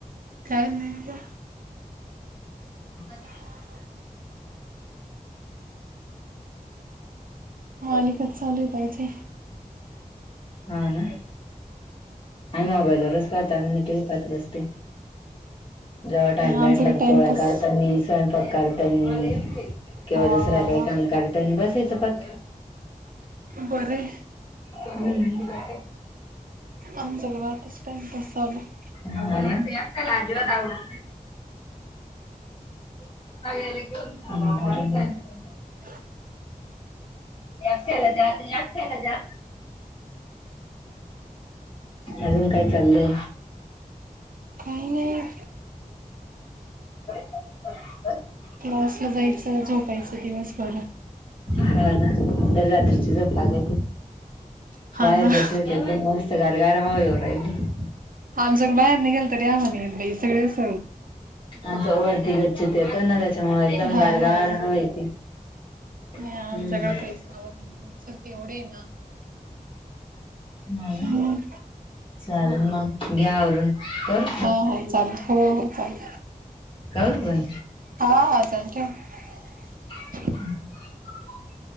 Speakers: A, on the right (about 70°); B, on the left (about 35°).
A: काय नाही गं
B: <unintelligible>
A: <inaudible> अलकत चालूय बाईचे
B: हा ना आम्ही मोबाईल वरच पाहतो आम्ही टी व्ही पाहतो बसते जेव्हा टाइम भेटला
A: आमच्याकडे
B: का
A: टाइमपास
B: पोळ्या करतानी स्वयंपाक करतानी किंवा
A: वा
B: दुसरा
A: वा
B: काही
A: वा
B: काम करत बसायचं पत्
A: बरं
B: हम् न बा
A: आमच्याकडे आताच टाइमपास चालू आहे.
B: हा हम <inaudible>
A: <inaudible>
B: एकट्याला जातो अजून काय चाललंय
A: काही नाही
B: अ
A: क्लासला जायचं झोपायचं दिवसभर
B: हा ना तर रात्रीची जप लागते
A: हा
B: बाहेर
A: ना.
B: बसवायच एकदम मस्त गारगार हवा येऊ राहिली
A: आमच्यात बाई निघालं तरी हवा नाहीये सगळेच
B: आ वरती गच्छित तर ना त्याच्यामुळे एकदम
A: हा
B: गारगार
A: हा.
B: हवा येती
A: नाही
B: हम्म
A: आमच्याकडे काहीच हवा नाही मच्छर ते एवढे आहे ना
B: हा ना
A: हम्
B: चालेल मग घ्या आवरून करू
A: हा हा चालेल हो हो चालेल
B: का क ब
A: हा हा जात
B: हम्